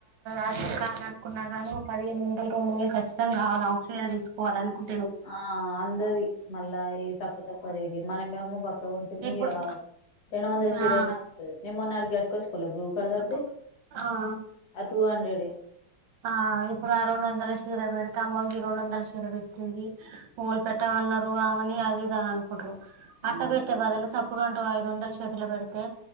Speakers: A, on the right (about 80°); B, on the left (about 60°).
A: అది కాాలనుకున్నా గానీ ఒక పదిహేను వందలు రెండు వేలు కఖచ్చితం కావాల తీసుకోవాలనుకుంట
B: ఆ అంతది మళ్ళా ఈ తక్కువ తక్కువ రెడీ మన మేము బక్క ఉంటుంది
A: ఇప్పుడు
B: ఏె వంద శీరేనా
A: ఆ
B: అతుంది నిమ్న్నాడికి గట్కస్కోలే బ్లూ కలర్ది
A: ఇప్పుడు ఆ
B: ఆ టూ హండ్రెడ్
A: ఆ ఇప్పుడు ఆ రెండు వందల సీర పెడితే అమ్మకి రెండు వందల సీర పెట్టింది మూలు పెట్ట అట్ట అన్నారు ఆమని అది ఇాల అనుకుంట్రు అట్ట
B: ఆ
A: పెట్టే బాలు ఇప్పుడుంటో ఐదు వందలు చేతిలు పెడితే